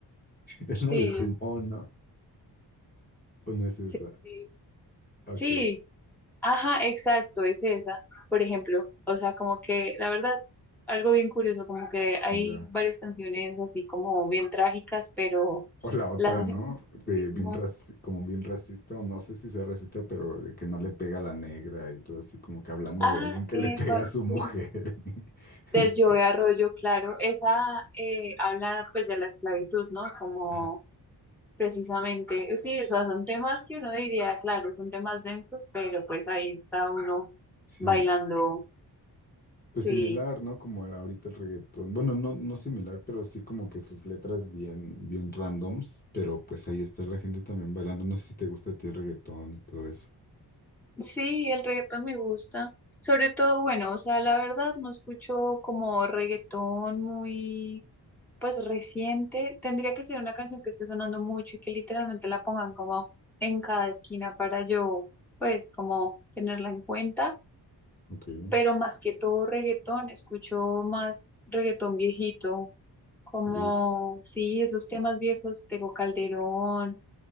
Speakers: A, on the left; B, in the centre.
A: es
B: Sí,
A: la de Simón, ¿no? ¿O no es esa?
B: sí,
A: Ok,
B: sí,
A: ok,
B: Sí, Ajá, exacto, es esa, por ejemplo. O sea, como que la verdad es algo bien curioso, como que hay
A: ya.
B: varias canciones así como bien trágicas, pero
A: O la otra,
B: las hacen
A: ¿no?
B: con
A: De bien
B: ritmos-
A: raci- como bien racista, o no sé si sea racista, pero de que no le pega a la negra y todo así, como que hablando de
B: Ah,
A: alguien que
B: eh,
A: le <laughs> pega
B: pa-
A: a su mujer.
B: sí,
A: <laughs>
B: del
A: Y sí,
B: Joe Arroyo, claro. Esa eh, habla pues de la esclavitud, ¿no? Como
A: ajá,
B: precisamente, sí, o sea, son temas que uno diría, claro, son temas densos, pero pues ahí está uno
A: sí.
B: bailando, sí.
A: pues similar, ¿no? Como era ahorita el reggaetón. Bueno, no, no similar, pero sí como que sus letras bien, bien randoms, pero pues ahí está la gente también bailando. No sé si te gusta a ti el reggaetón y todo eso.
B: Sí, el reggaetón me gusta. Sobre todo, bueno, o sea, la verdad no escucho como reggaetón muy, pues reciente. Tendría que ser una canción que esté sonando mucho y que literalmente la pongan como en cada esquina para yo, pues, como tenerla en cuenta.
A: Ok.
B: Pero más que todo reggaetón, escucho más reggaetón viejito, como,
A: Uh,
B: sí, esos temas viejos, Tego Calderón,